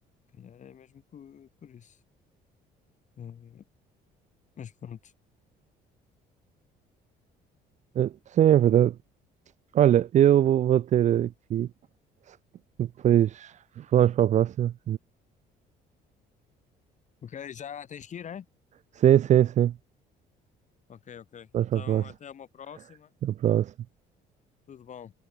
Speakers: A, on the left; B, on the right.
A: Se calhar é mesmo por, por isso. Eh, mas pronto.
B: Eh, eh, sim, é verdade. Olha, eu vou vou ter aqui. Depois vamos para a próxima.
A: Ok, já tens que ir, é?
B: Sim, sim, sim.
A: Ok, ok.
B: Vamos
A: Então
B: para a próxima.
A: até uma próxima.
B: A próxima.
A: Tudo bom.